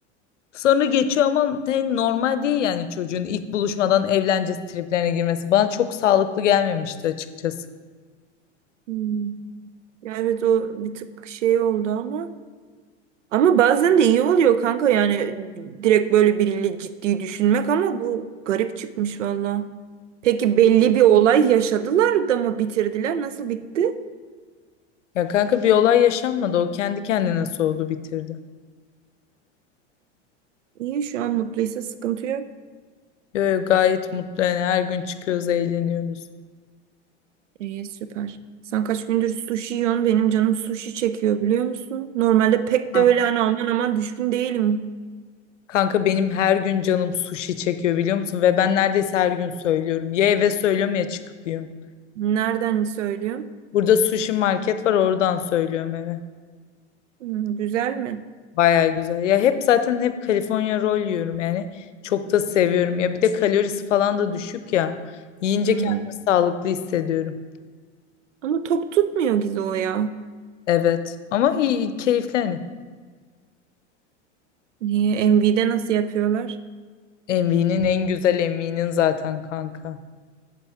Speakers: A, on the left (about 85°); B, on the right (about 90°).
A: Sonra geçiyor ama hani normal değil yani çocuğun ilk buluşmadan evlence triplerine girmesi. Bana çok sağlıklı gelmemişti açıkçası.
B: Hmm. Ya evet o bir tık şey oldu ama. Ama bazen de iyi oluyor kanka yani direkt böyle biriyle ciddi düşünmek ama bu garip çıkmış valla. Peki belli bir olay yaşadılar da mı bitirdiler? Nasıl bitti?
A: Ya kanka bir olay yaşanmadı. O kendi kendine soğudu bitirdi.
B: İyi şu an mutluysa sıkıntı yok.
A: Yo, yo, gayet mutlu yani her gün çıkıyoruz eğleniyoruz.
B: İyi süper. Sen kaç gündür sushi yiyorsun? Benim canım sushi çekiyor biliyor musun? Normalde pek
A: Ha,
B: de öyle hani aman aman düşkün değilim.
A: Kanka benim her gün canım sushi çekiyor biliyor musun? Ve ben neredeyse her gün söylüyorum. Ya eve söylüyorum ya çıkıp yiyorum.
B: Nereden söylüyorsun?
A: Burada sushi market var oradan söylüyorum eve.
B: Hmm, güzel mi?
A: Baya güzel. Ya hep zaten hep California roll yiyorum yani. Çok da seviyorum. Ya bir de kalorisi falan da düşük ya. Yiyince
B: Hmm.
A: kendimi sağlıklı hissediyorum.
B: Ama tok tutmuyor Gizo ya.
A: Evet. Ama iyi, keyifli hani.
B: Niye? MV'de nasıl yapıyorlar?
A: Envy'nin en güzel Envy'nin zaten kanka.